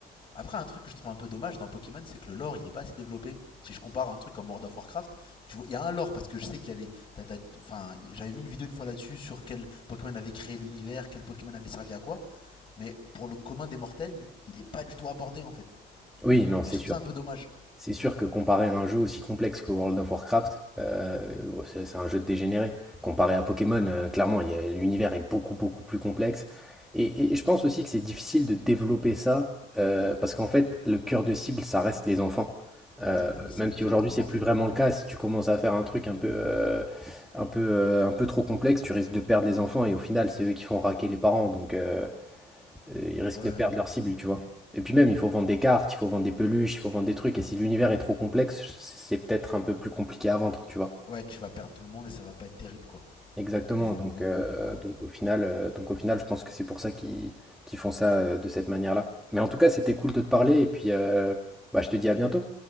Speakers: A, on the left; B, in the centre.
A: Après, un truc que je trouve un peu dommage dans Pokémon, c'est que le lore, il est pas assez développé. Si je compare un truc comme World of Warcraft, tu vois, il y a un lore parce que je sais qu'il y a les. t'as- t'as- Enfin, j'avais vu une vidéo une fois là-dessus sur quel Pokémon avait créé l'univers, quel Pokémon avait servi à quoi. mais pour le commun des mortels, il est pas du tout abordé en fait.
B: Oui, non, c'est
A: Et je trouve
B: sûr.
A: ça un peu dommage.
B: C'est sûr que comparer à un jeu aussi complexe que World of Warcraft, euh, bon, c'est c'est un jeu de dégénéré. Comparé à Pokémon, euh, clairement, il y a- l'univers est beaucoup, beaucoup plus complexe. Et, et- et je pense aussi que c'est difficile de développer ça, euh, parce qu'en fait, le cœur de cible, ça reste les enfants. Euh,
A: Ouais, bah oui, c'est
B: même
A: eux
B: si
A: qui
B: aujourd'hui,
A: rapportent de
B: c'est
A: l'argent.
B: plus vraiment le cas, si tu commences à faire un truc un peu, euh, un peu, euh, un peu trop complexe, tu risques de perdre les enfants, et au final, c'est eux qui font raquer les parents. Donc, euh, euh, Ils risquent
A: Ouais, ouais,
B: de perdre leur cible, tu vois. Et puis même, il faut vendre des cartes, il faut vendre des peluches, il faut vendre des trucs. Et si l'univers est trop complexe, c'est peut-être un peu plus compliqué à vendre, tu vois.
A: ouais, tu vas perdre tout le monde et ça va pas être terrible quoi.
B: Exactement.
A: Et
B: Donc,
A: niveau
B: euh,
A: vente. Ouais, ouais,
B: donc au final, euh, donc au final, je pense que c'est pour ça qu'ils qu'ils font ça euh, de cette manière-là. Mais en tout cas, c'était cool de te parler. Et puis, euh, bah, je te dis à bientôt.